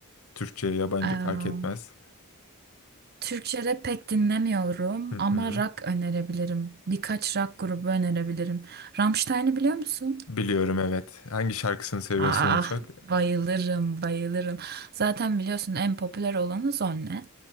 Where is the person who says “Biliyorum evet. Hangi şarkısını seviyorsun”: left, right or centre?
Left